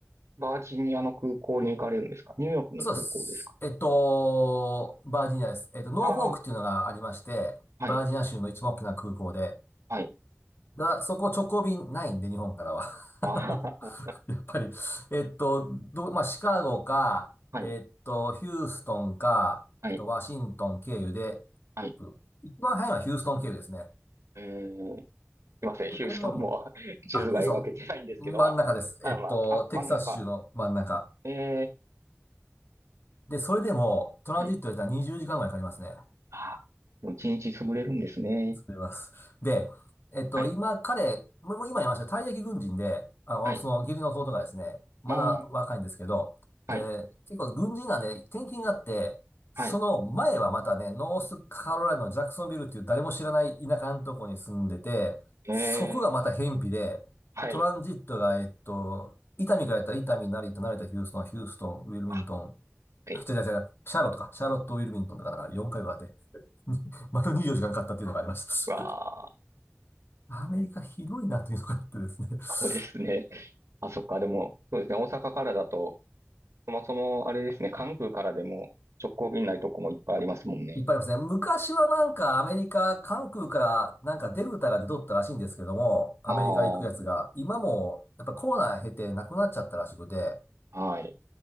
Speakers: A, on the right (about 80°); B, on the left (about 50°).
A: バージニアの空港に行かれるんですかニューヨークの空港ですか
B: そうです。えっと、バージニアです。えっと、ノーフォークっていうのがありまして、
A: ああー、はい、
B: バージニア州の一番大きな空港で、
A: はい、
B: だ、そこ直行便ないんで、日本からは。<laughs>
A: あー
B: あの
A: <laughs>
B: やっぱり、えっと、ど、まあ、シカゴか、
A: はい、
B: えっと、ヒューストンか、
A: はい、
B: あとワシントン経由で、
A: はい。
B: 一番早いのはヒューストン経由ですね。
A: えー、すいません、
B: で、
A: ヒューストンも
B: こんばんは。
A: <laughs> 地図が描けてないんですけど、
B: あ、ヒューストン、真ん中です。
A: まあ、
B: えっと、
A: あ、まあ、あ、真ん中。
B: テキサス州の真ん中。
A: え
B: で、それでも、トランジットで言ったら20時間ぐらいかかりますね。
A: ー、はい、あーもう一日潰れるんですね。
B: あります。で、えっと、
A: はい、
B: 今、彼、ももう今言いました、退役軍人で、あの、
A: はい、
B: その義理の弟がですね、まだ若いんですけど、
A: あーはい、
B: で、結構軍人なんで転勤があって、その前はまたね、
A: はい、
B: ノースカロライナのジャクソンビルっていう誰も知らない田舎のとこに住んでて、
A: えー、
B: そこがまた偏僻で、
A: はい、
B: トランジットが、えっと、伊丹からやったら伊丹、成田、成田、ヒューストン、ヒューストン、ウィルミントン、
A: あ、はい、
B: 違う違う違う、シャーロットか、シャーロット、ウィルミントンとかなんか4回分あって、<laughs> 丸24時間かんかかったっていうのがあります。
A: うわあ、
B: アメリカひどいなというのがあってですね。<laughs>
A: そうですね。あ、そっか、でも、そうですね、大阪からだと、そもそも、あれですね、関空からでも直行便ないとこもいっぱいありますもんね。
B: いっぱいありますね。昔はなんかアメリカ、関空からなんかデルタが出とったらしいんですけども、アメリカ行くやつが、
A: ああ、
B: 今もやっぱコロナ経てなくなっちゃったらしくて、
A: はい。